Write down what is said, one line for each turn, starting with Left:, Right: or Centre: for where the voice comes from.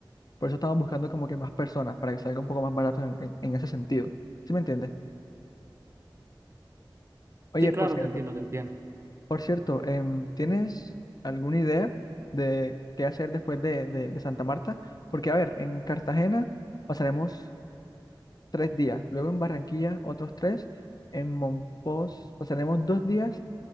Left: Por eso estamos buscando como que más personas, para que salga un poco más barato en, en- en ese sentido. ¿Sí me entiendes? Oye,
Right: Sí, claro,
Left: por cierto,
Right: te entiendo, te entiendo.
Left: por cierto, em, ¿tienes alguna idea de qué hacer después de, de de Santa Marta? Porque, a ver, en Cartagena pasaremos tres días, luego en Barranquilla otros tres, en Monpós pasaremos dos días